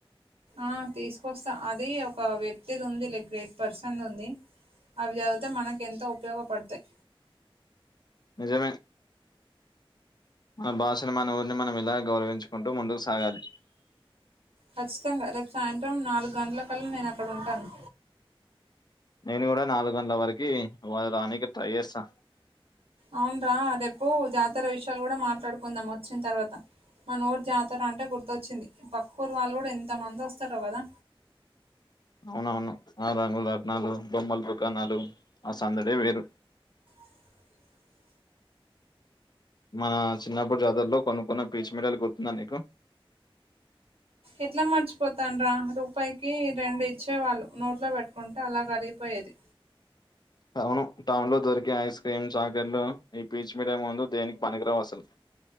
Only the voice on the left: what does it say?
ఏమే మన బాషను మన ఊరిని మనం ఇలా గౌరవించుకుంటూ ముందుకు సాగాలి.
నేను కూడా నాలుగు గంటల వరికి రావడానికి ట్రై చేస్తా.
అవునవును ఆ రంగుల రట్నాలు బొమ్మల దుకాణాలు ఆ సందడే వేరు.
మన చిన్నపప్పుడు జాతర్లో కొనుకున్న పీచ్ మీడియాలు గుర్తున్నా నీకు.
అవును టౌన్లో దొరికే ఐస్ క్రీమ్స్ చాక్లెట్లు ఈ పీచ్ మిఠాయ్ ముందు దేనికి పనికిరావు అసలు.